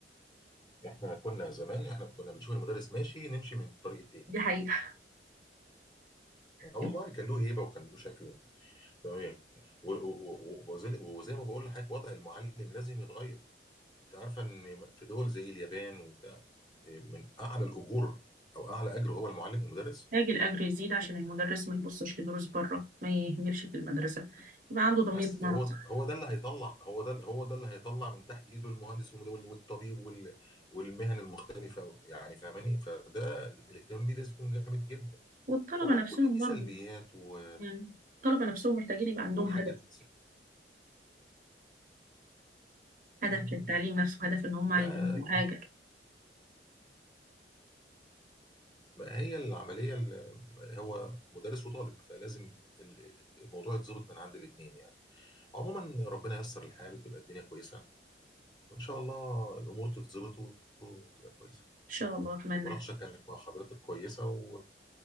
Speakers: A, on the left; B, on the right.
A: احنا كنا زمان احنا كنا بنشوف المدرس ماشي نمشي من الطريق التاني
B: دي حقيقة
A: اه والله
B: <laughs>
A: كان له هيبه وكان له شكل تمام و- و- و- وزي وزي ما بقول لحضرتك وضع المعلم لازم يتغير انت عارفه ان في دول زي اليابان وبتاع إيه، من اعلى الاجور او اعلى اجر هو المعلم والمدرس
B: محتاج الأجر يزيد عشان المدرس ما يبصش لدروس بره ما يهملش في المدرسة يبقى عنده ضمير
A: أصل
B: بمعنى
A: هو
B: صح
A: هو ده اللي هيطلع هو ده هو ده اللي هيطلع من تحت ايده المهندس والمد- والطبيب وال- والمهن المختلفه يعني فاهماني فده الاهتمام بيه لازم يكون جامد جدا
B: والطلبة
A: فبرضه
B: نفسهم
A: كل دي
B: برضه
A: سلبيات و...
B: يعني الطلبة نفسهم محتاجين يبقى عندهم
A: وحاجات
B: هدف هدف
A: أم،
B: للتعليم نفسه هدف ان هم عايزين
A: بقى
B: يبقوا حاجة ان
A: بقى هي العمليه اللي هو مدرس وطالب فلازم ال- الموضوع يتظبط من عند الاثنين يعني عموما ربنا ييسر الحال وتبقى الدنيا كويسه وان شاء الله الامور تتظبط وتبقى كويسه
B: شاء الله اتمنى
A: المناقشة كانت مع حضرتك كويسة و...